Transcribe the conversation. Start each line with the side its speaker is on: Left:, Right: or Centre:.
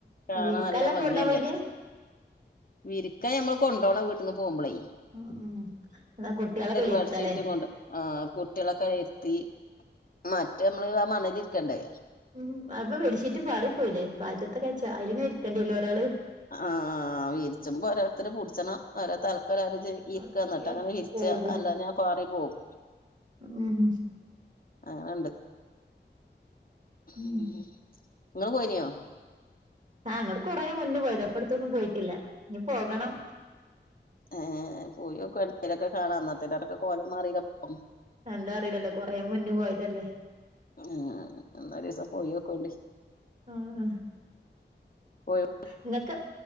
Left: കാണാൻ
Right: വിരിക്കാലൊക്കെ
Left: നല്ല ഭംഗിയല്ലേ
Right: കൊണ്ടോവാ അയിന്
Left: വിരിക്കാൻ ഞമ്മൾ കൊണ്ടോവണം വീട്ട്ന്ന് പോവുമ്പോള്
Right: ഉ ഉം ന്നാ കുട്ടിയാളെ ഒകെ അയിൽ ഇരുത്തലേ
Left: ബെഡ്ഷീറ്റും ആ കുട്ടികളൊക്കെ ഇരുത്തി മറ്റെ നമ്മള് ആ മണലിരിക്കണ്ടേ
Right: ഉം അപ്പൊ ബെഡ്ഷീറ്റ് പാറി പോയിലേ കാറ്റത്തക്കാച്ചാ അയില് ഇങ്ങനെ ഇരിക്കണ്ടിരില്ലേ ഒരാള്
Left: ആഹ വിരിച്ചുമ്പോ ഓരോരുത്തര് പുടിച്ചണം ഓരോ തലക്കെ ഒരാള് ചെ ഇരിക്കാ
Right: അല്ലെങ്കി
Left: എന്നിട്ട് അങ്ങനെ വിരിച്ച
Right: പോകും
Left: അല്ലാഞ്ഞാൽ പാറി പോവും
Right: ഉം
Left: അങ്ങനെണ്ട്
Right: ഉം
Left: ഇങ്ങള് പോയിനീയോ?
Right: ആ ഇങ്ങൾ കുറെ മുന്നേ പോയതാ ഇപ്പ അടുത്തൊന്നും പോയിട്ടില്ല ഇനി പോകണം.
Left: ഏ പോയോക്കലൊക്കെ കാണാം അന്നത്തിരൊക്കെ കോലം മാറില്ലപ്പം
Right: എന്താ അറിയില്ലല്ലോ കൊറേ മുന്നേ പോയതല്ലേ
Left: ഉ എന്നാ ഒരീസം പോയൊക്കേണ്ടി
Right: ആഹ് ആഹ്
Left: പോയി
Right: ഇങ്ങക്ക്